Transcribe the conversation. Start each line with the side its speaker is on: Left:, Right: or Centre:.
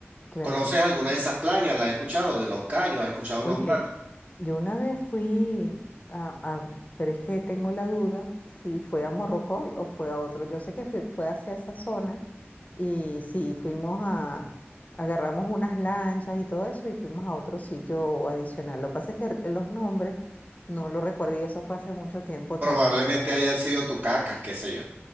Left: Claro.
Right: ¿Conoces alguna de esas playas? ¿Las has escuchado? De Los Cayos, ¿has escuchado
Left: Oye,
Right: nombrarlo?
Left: yo una vez fui a, a- pero es que tengo la duda si fue a Morrocoy o fue a otro. Yo sé que fue, fue hacia esa zona y sí, fuimos a, agarramos unas lanchas y todo eso y fuimos a otro sitio adicional. Lo que pasa es que los nombres no los recuerdo y eso fue hace mucho tiempo
Right: Probablemente
Left: también, de verdad.
Right: hayan sido Tucacas, qué sé yo,